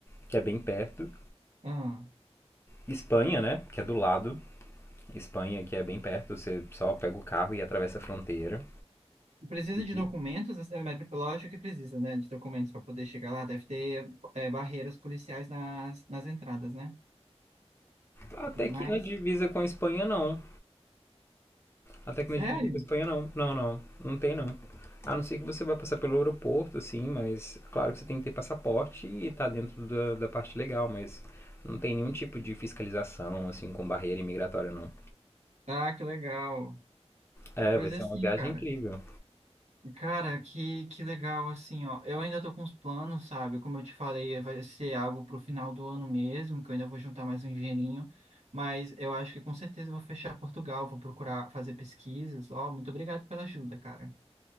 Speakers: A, on the left; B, on the right.
A: que é bem perto.
B: Ah,
A: Espanha, né? Que é do lado. Espanha, que é bem perto. Você só pega o carro e atravessa a fronteira.
B: precisa
A: E-
B: de documentos, né? Mas lógico que precisa, né? De documentos para poder chegar lá. Deve ter é, barreiras policiais nas, nas entradas, né?
A: Até
B: E tudo
A: que
B: mais.
A: na divisa com a Espanha, não. Até que na
B: Sério?
A: divisa com a Espanha, não. Não, não. Não tem, não. A não ser que você vai passar pelo aeroporto, assim, mas claro que você tem que ter passaporte e tá dentro da, da parte legal, mas não tem nenhum tipo de fiscalização, assim, com barreira imigratória, não.
B: Ah, que legal.
A: É,
B: Pois
A: vai ser
B: assim,
A: uma viagem
B: cara.
A: incrível.
B: Cara, que, que legal, assim, ó. Eu ainda tô com os planos, sabe? Como eu te falei, vai ser algo pro final do ano mesmo, que eu ainda vou juntar mais um dinheirinho. Mas eu acho que com certeza eu vou fechar Portugal, vou procurar fazer pesquisas. Ó, muito obrigado pela ajuda, cara.